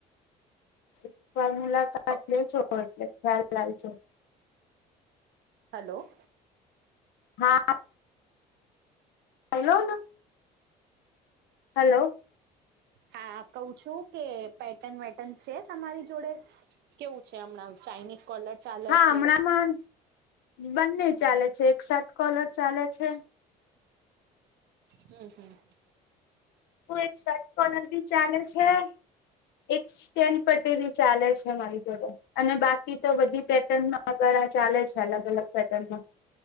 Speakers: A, on the left; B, on the right.
A: એક વાર મુલાકાત લે જો એટલે ખ્યાલ આવી જાય.
B: હલો.
A: હા. હલોને. હલો.
B: હા હું કહું છું કે પેટર્ન વેટન છે તમારી જોડે? કેવું છે હમણાં ચાાઈનીઝ કોલર? ચાલે
A: હા
B: છે
A: હમણાંમાં બંને ચાલે છે એક શર્ટ કોલર ચાલે છે.
B: હમ હમ.
A: કોઈ એક શર્ટ કોલર બી ચાલે છે. એક સ્ટેન્ડ પર બી ચાલે છે મારી જોડે, અને બાકી તો બધી પેટર્નમાં દ્વારા ચાલે છે અલગ અલગ પેટર્નમાં.